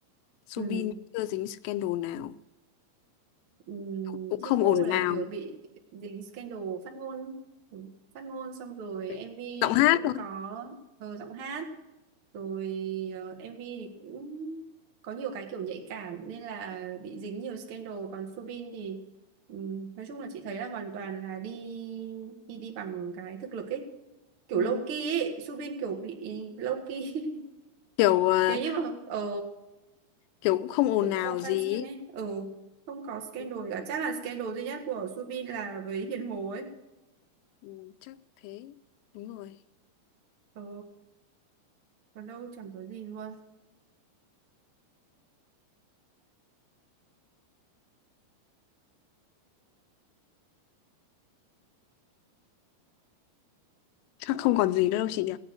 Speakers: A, on the left; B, on the right.
A: Soobin
B: ừ,
A: chưa dính scandal nào
B: ừ,
A: cũng cũng không
B: Thipu
A: ồn
B: là
A: ào
B: kiểu bị dính scandal phát ngôn ừ, phát ngôn xong rồi
A: Đấy.
B: em MV
A: giọng hát
B: cũng
A: thôi
B: có ờ, giọng hát rồi ờ, MV thì cũng có nhiều cái kiểu nhạy cảm nên là bị dính nhiều scandal còn Subin thì ừ, nói chung là chị thấy là hoàn toàn là đi đi đi bằng cái thực lực ấy kiểu
A: Ừ.
B: low key ấy Subin kiểu bị low key
A: kiểu
B: <laughs>
A: ờ,
B: nếu như mà ờ
A: kiểu cũng không ồn
B: kiểu
A: ào
B: có vòng
A: gì
B: fan riêng ấy ừ không có scandal
A: ý.
B: gì cả chắc là scandal duy nhất của Subin là với Hiền Hồ ấy
A: Ừ, chắc thế đúng rồi
B: ừ còn đâu chẳng có gì luôn
A: chắc không còn gì nữa đâu chị nhỉ